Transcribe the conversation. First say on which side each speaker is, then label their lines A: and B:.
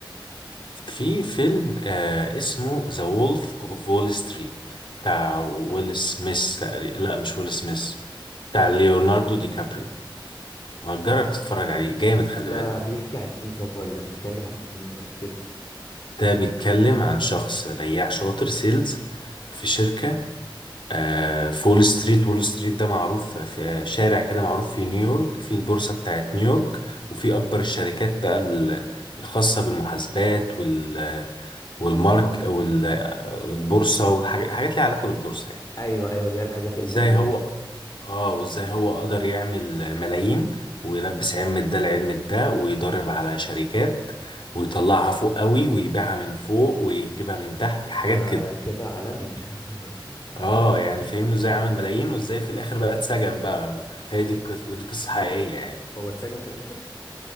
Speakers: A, on the left; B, on the left.
A: في فيلم آه اسمه ذا وولف اوف وول ستريت بتاع ويل سميث تقريبا لا مش ويل سميث بتاع ليوناردو دي كابريو ما تجرب تتفرج عليه جامد خلي
B: ده
A: بالك
B: بيحكي عن ايه طب ولا بيتكلم عن ايه او كده
A: ده بيتكلم عن شخص بياع شاطر سيلز في شركة آه في وول ستريت وول ستريت ده معروف في شارع كده معروف في نيويورك في البورصة بتاعت نيويورك وفي أكبر الشركات بقى ال- الخاصة بالمحاسبات وال والمارك والبورصة والحاجات حاجات ليها علاقة بالبورصة يعني
B: ايوه ايوه اللي هي الحاجات
A: وازاي
B: الماليه
A: هو
B: دي
A: اه وازاي هو قدر يعمل ملايين ويلبس علم ده لعلم ده ويضرب على شركات ويطلعها فوق قوي ويبيعها من فوق ويجيبها من تحت حاجات
B: ده
A: كده
B: كده عالمي <laughs>
A: اه يعني فهمنا ازاي عمل ملايين وازاي في الاخر بقى اتسجن بقى هي دي القصة ودي قصة حقيقية يعني
B: هو اتسجن في الاخر